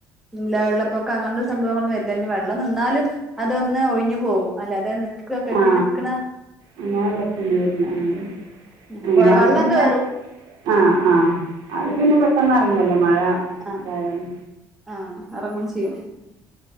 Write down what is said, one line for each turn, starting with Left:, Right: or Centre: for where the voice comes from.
Centre: ഇല്ല വെള്ളപ്പൊക്കം അങ്ങനുള്ള സംഭവങ്ങളൊന്നും വരില്ല ഇനി വെള്ളം നിന്നാലും അതൊന്ന് ഒഴിഞ്ഞു പോകും അല്ലെതെ നിക്ക് കെട്ടി
Right: ആ
Centre: നിക്ക്ണ
Right: അങ്ങനെ പ്രശ്നൊന്നും വരില്ല ആ
Centre: ഉം
Right: അങ്ങനെ
Centre: പുഴവെള്ളം
Right: ആവുമ്പോ പിന്നെ
Centre: കേറും
Right: ആഹ് ആഹ് അത് പിന്നെ പെട്ടെന്ന് എറങ്ങല്ലോ മഴ
Centre: ആഹ്
Right: ഇന്തായല്
Centre: ആഹ് എറങ്ങും ചെയും